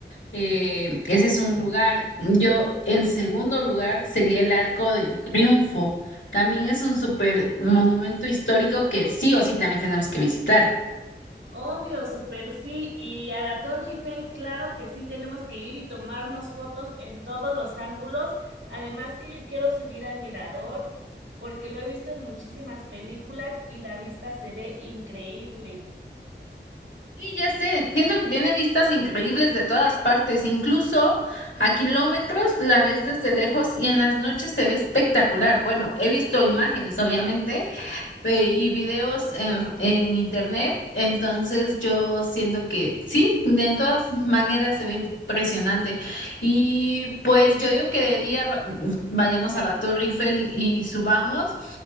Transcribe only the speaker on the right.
Obvio, súper sí. Y a la Torre Eiffel, claro que sí, tenemos que ir y tomarnos fotos en todos los ángulos. Además que yo quiero subir al mirador porque lo he visto en muchísimas películas y la vista se ve increíble.